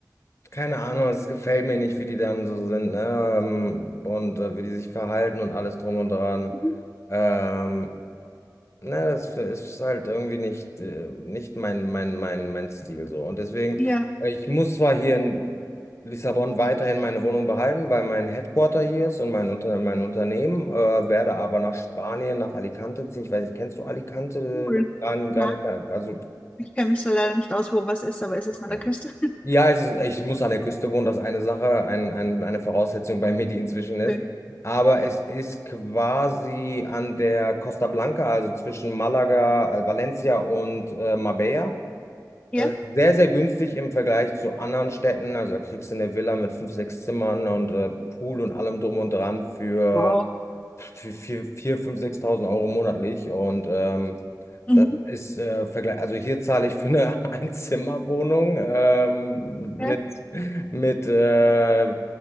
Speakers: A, on the left (about 40°); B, on the left (about 20°).
A: Keine Ahnung, es gefällt mir nicht, wie die dann so sind, ne? Ähm, Und äh, wie die sich verhalten und alles drum und dran.
B: Mhm.
A: Ähm, ne, das f- ist halt irgendwie nicht, äh, nicht mein, mein, mein, mein Stil so. Und deswegen,
B: ja,
A: äh, ich muss zwar hier in Lissabon weiterhin meine Wohnung behalten, weil mein Headquarter hier ist und mein, Unter mein Unternehmen, äh, werde aber nach Spanien, nach Alicante ziehen. Ich weiß nicht, kennst du Alicante?
B: cool.
A: Gran, Gran,
B: Nein,
A: also,
B: ich kenne mich so leider nicht aus, wo was ist, aber ist es an
A: ja,
B: der Küste? <laughs>
A: ja, es ist, ich muss an der Küste wohnen, das ist eine Sache, ein, ein, eine Voraussetzung bei mir, die inzwischen ist.
B: Schön.
A: Aber es ist quasi an der Costa Blanca, also zwischen Malaga, äh, Valencia und äh, Marbella.
B: Ja.
A: Äh, sehr, sehr günstig im Vergleich zu anderen Städten. Also da kriegst du eine Villa mit fünf, sechs Zimmern und äh, Pool und allem drum und dran für,
B: Wow.
A: für vier, vier, fünf, 6.000 Euro monatlich. Und ähm,
B: Mhm.
A: das ist äh, Vergleich. Also hier zahle ich für eine <laughs> Einzimmerwohnung ähm, mit
B: Ja.
A: mit äh,